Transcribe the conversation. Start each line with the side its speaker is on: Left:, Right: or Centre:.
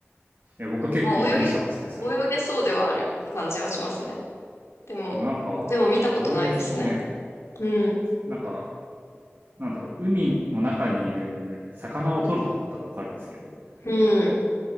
Right: いや、僕は結構びっくりしたんですけど、
Left: もう泳げ、
Right: それで。
Left: 泳げそうではある感じはしますね。
Right: で
Left: でも、
Right: もなんか、
Left: でも見たことないですね。
Right: 動物はね、
Left: うん。
Right: なんかなんだろう、海の中にいる魚を取るとかだったらわかるんですけど、
Left: うん。